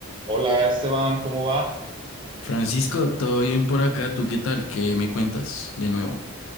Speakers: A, on the right; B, on the left.
A: Hola Esteban, ¿cómo va?
B: Francisco, ¿todo bien por acá? ¿Tú qué tal? ¿Qué me cuentas de nuevo?